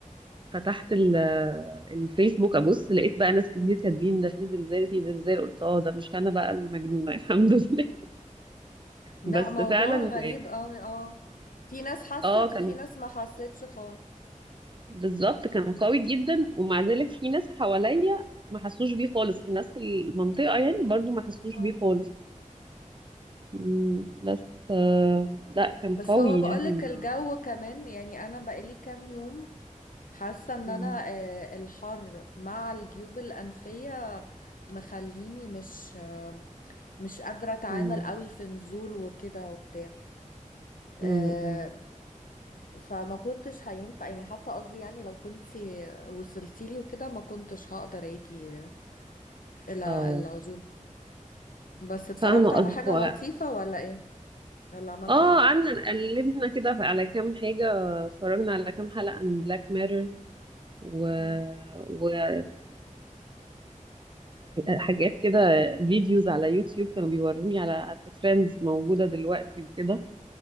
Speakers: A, on the right (about 35°); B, on the left (about 90°).
A: فتحت ال... الفيسبوك ابص لقيت بقى ناس كتير كاتبين ده في زلزال في زلزال قلت اه ده مش انا بقى المجنونه <laughs> الحمد لله
B: لا
A: بس
B: موضوع
A: فعلا
B: غريب قوي اه في ناس حست
A: اه كان
B: وفي ناس ما حستش خالص
A: بالظبط كان قوي جدا ومع ذلك في ناس حواليا ما حسوش بيه خالص في ناس في المنطقه يعني برضو ما حسوش
B: اه
A: بيه خالص مم، بس آه لا كان
B: بس
A: قوي
B: هو بقولك
A: يعني ما
B: الجو كمان يعني انا بقالي كام يوم حاسه ان
A: مم،
B: انا آه، الحر مع الجيوب الانفيه مخليني مش آه، مش قادره اتعامل
A: مم،
B: قوي في نزول وكده وبتاع آه،
A: مم، مم.
B: فما كنتش هينفع يعني حتى قصدي يعني لو كنت وصلتيلي وكده ما كنتش هقدر اجي الى
A: اه
B: العزوم بس اتفرجت
A: فاهمة قصدك
B: على حاجه
A: هو
B: لطيفه ولا ايه يلا عملتوا
A: اه
B: ايه
A: قعدنا قلبنا كده ف- على كام حاجة اتفرجنا على كام حلقة من بلاك ميرور و...
B: مم.
A: وعلى حاجات كده فيديوز على يوتيوب كانوا بيوروني على ترندز موجودة دلوقتي وكده